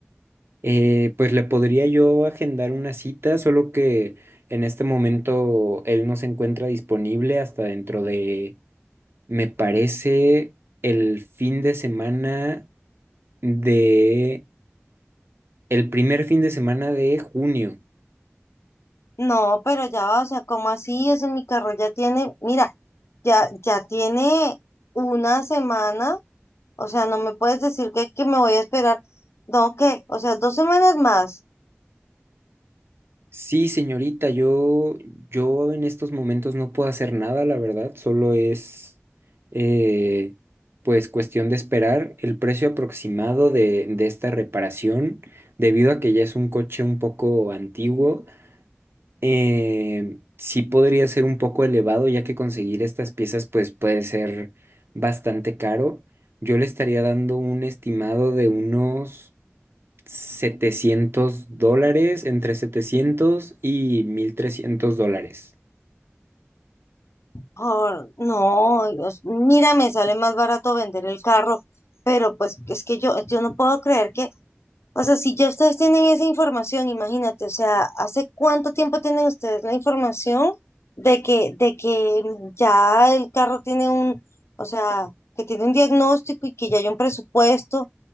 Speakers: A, on the right; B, on the left.
A: Eh, pues le podría yo agendar una cita, solo que en este momento él no se encuentra disponible hasta dentro de, me parece, el fin de semana de, el primer fin de semana de junio.
B: No, pero ya, va, o sea, ¿cómo así? Ese mi carro ya tiene, mira, ya, ya tiene una semana. O sea, no me puedes decir que, que me voy a esperar. No, ¿qué? O sea, dos semanas más.
A: Sí, señorita, yo, yo en estos momentos no puedo hacer nada, la verdad, solo es eh, pues cuestión de esperar el precio aproximado de, de esta reparación, debido a que ya es un coche un poco antiguo, eh, sí podría ser un poco elevado, ya que conseguir estas piezas pues puede ser bastante caro. Yo le estaría dando un estimado de unos 700 dólares, entre 700 y 1300 dólares.
B: Ah, no, Dios, mira, me sale más barato vender el carro, pero pues es que yo, yo no puedo creer que, o sea, si ya ustedes tienen esa información, imagínate, o sea, ¿hace cuánto tiempo tienen ustedes la información de que, de que ya el carro tiene un, o sea, que tiene un diagnóstico y que ya hay un presupuesto?